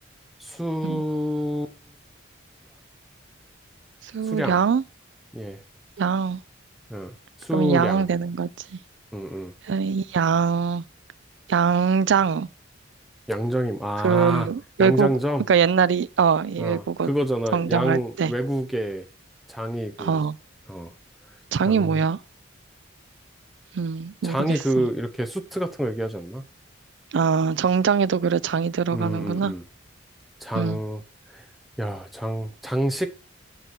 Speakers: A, in the centre; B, on the right (about 65°).
A: 수량,
B: 음, 수량,
A: 수량, 예,
B: 양.
A: 어, 수량,
B: 그러면 양 되는 거지.
A: 응, 응.
B: 에이, 양, 양장.
A: 양정임, 아,
B: 그, 외국,
A: 양장점,
B: 그러니까 옛날이, 어, 이
A: 어,
B: 외국어
A: 그거잖아.
B: 정장할
A: 양,
B: 때.
A: 외국의 장이 그,
B: 어,
A: 어,
B: 장이
A: 양,
B: 뭐야? 음,
A: 장이
B: 모르겠어.
A: 그, 이렇게 수트 같은 거 얘기하지 않나?
B: 아, 정장에도 그래, 장이 들어가는구나.
A: 음, 음, 음. 장,
B: 음,
A: 야, 장, 장식?